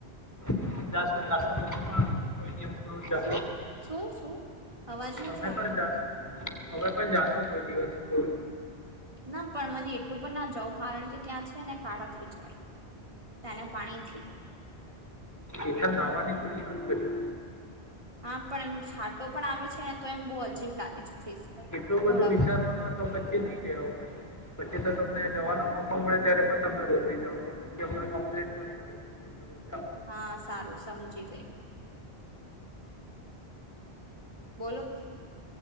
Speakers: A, on the left (about 15°); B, on the right (about 30°).
A: પણ કોઈ દ જ
B: શું શું શું અવાજ નથી
A: તમે પણ
B: આવતું
A: જાશ હવે પણ જાશો કોઈ દિવસ રોજ
B: ના પણ મને એટલું પણ ના જઉં કારણ કે ત્યાં છે એને કાળા થઈ જવાય તેને પાણીથી
A: એઠ નાવાની થોડી વાત કરીશ
B: હા પણ એમ છાટો પણ આવે છે ને તો એમ બહુ અજીબ લાગે છે ફેસ પર
A: એટલું બધું
B: મોડા
A: વિચારવાનું
B: પર
A: તો પછી નહી જ આવ પછી પછી તો તમ જવાનો મોકો મળે ત્યારે પણ તમે રોજ નહીં જાાવ છ પછ હમં કમ્પ્લેઈન પણ કરો છું રજ
B: હા સારું સમજી ગય બોલો